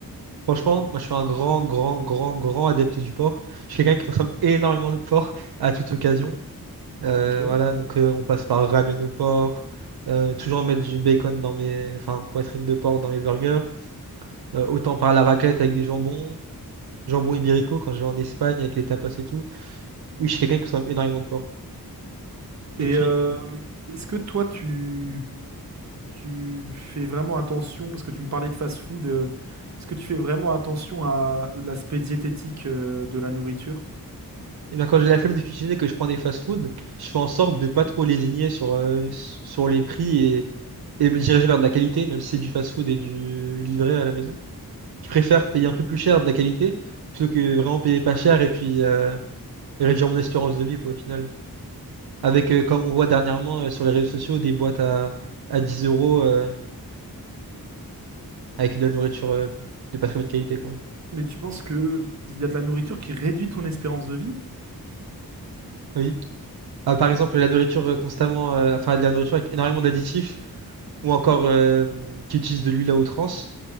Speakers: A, on the right (about 80°); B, on the right (about 45°).
A: Franchement, moi je suis un grand, grand, grand, grand adepte du porc. Je suis quelqu'un qui consomme énormément de porc à toute occasion. Euh,
B: Ok.
A: voilà, donc euh, on passe par ramen au porc, euh, toujours mettre du bacon dans mes, enfin, poitrine de porc dans mes burgers. Euh, autant par la raclette avec des jambons, jambon ibérico quand je vais en Espagne avec les tapas et tout. Oui, je suis quelqu'un qui consomme énormément de porc. Et
B: Et
A: puis,
B: euh, est-ce que toi, tu, tu fais vraiment attention, parce que tu me parlais de fast-food, euh, est-ce que tu fais vraiment attention à l'aspect diététique euh, de la nourriture?
A: eh ben, quand j'ai la flemme de cuisiner, que je prends des fast-food, je fais en sorte de pas trop lésigner sur, euh, sur les prix et, et me diriger vers de la qualité, même si c'est du fast-food et du livré à la maison. Je préfère payer un peu plus cher de la qualité plutôt que vraiment payer pas cher et puis euh, réduire mon espérance de vie, quoi, au final. Avec, euh, comme on voit dernièrement euh, sur les réseaux sociaux, des boîtes à, à 10 euros euh, avec de la nourriture euh, de pas très bonne qualité, quoi.
B: Mais tu penses que il y a de la nourriture qui réduit ton espérance de vie?
A: Oui. Ah, par exemple, la nourriture euh, constamment, euh, enfin, de la nourriture avec énormément d'additifs ou encore euh, qui utilise de l'huile à outrance,